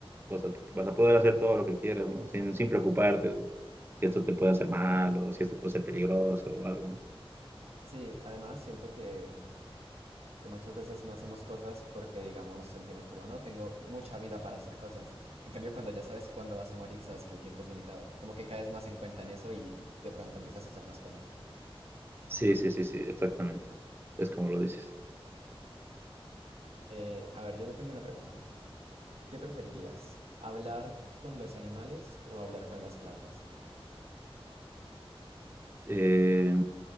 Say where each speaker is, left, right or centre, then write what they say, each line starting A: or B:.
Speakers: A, on the right (about 20°); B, on the right (about 80°).
A: vas a, vas a poder hacer todo lo que quieras, ¿no? Sin, sin preocuparte si esto te puede hacer mal o si esto puede ser peligroso o algo. ¿no?
B: Sí, además siento que que muchas veces no hacemos cosas porque, digamos, sentimos como, no, tengo mucha vida para hacer cosas. En cambio, cuando ya sabes cuándo vas a morir, sabes que el tiempo es limitado. Como que caes más en cuenta en eso y de pronto empiezas a hacer más cosas.
A: Sí, sí, sí, sí, exactamente. Es como lo dices.
B: Eh, a ver, yo te tengo una pregunta. ¿Qué preferirías? ¿Hablar con los animales o hablar con las plantas?
A: Eh,